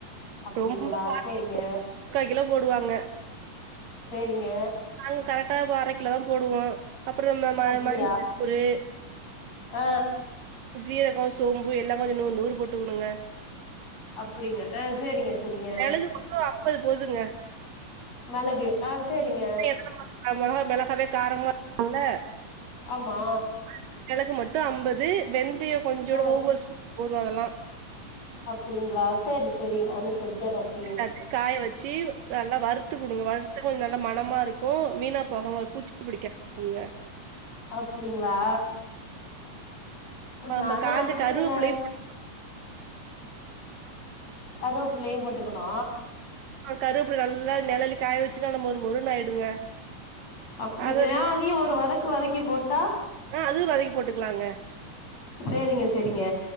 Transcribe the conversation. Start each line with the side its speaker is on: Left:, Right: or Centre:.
Left: அப்டிங்களா
Right: ரொம்ப <unintelligible>
Left: சேரிங்க
Right: முக்கா கிலோ போடுவாங்க
Left: சேரிங்க
Right: நாங்க கரக்ட்டா ப அரக் கிலோ தா போடுவோ அப்றோ நம்ம ம
Left: அப்டியா
Right: மஞ்ச தூளு
Left: ஆ
Right: சீரகோ, சோம்பு எல்லா கொஞ்சோ நூர் நூறு போட்டுக்கோணுங்க
Left: அப்படிங்க ஆ சேரிங்க சேரிங்க
Right: மெளகு மட்டு அம்பது போதுங்க
Left: மெளகு ஆ சேரிங்க
Right: <inaudible> அ மொளகா மிளஹாவே காரமா <inaudible> குல்ல
Left: ஆமா
Right: <inaudible> மெளகு மட்டு அம்பது வெந்தயோ கொஞ்சோண்டு
Left: ஆ
Right: ஒவ்வொரு ஸ்பூ <inaudible> போது அதெல்லா
Left: அப்படிங்ளா சேரி சேரி நானு செஞ்சர்றே அப்டியே
Right: <unintelligible> காய வச்சு நல்லா வறுத்து குடுங்க வறுத்து கொஞ்சு நல்ல மனமா இருக்கு வீணா போகாம பூச்சி புடிகாதுங்க
Left: அப்படிங்களா நானு
Right: நம்ம காஞ்ச
Left: அரைக்கிறங்க
Right: கருவேப்பிலையு போட்டு
Left: கருவப்புள்ளையு போட்டுகணு
Right: ஆ கருவேப்பில நல்ல நிழல்ல காய வச்சுன்னா நம்ம மொறுமொறுநு ஆயிடுங்க
Left: அப்படிங்க
Right: அத
Left: அதையு ஒரு வதக்கு வதக்கி போட்டா
Right: ஆ அதுவு வதக்கி போட்டுக்கலாங்க
Left: சேரிங்க சேரிங்க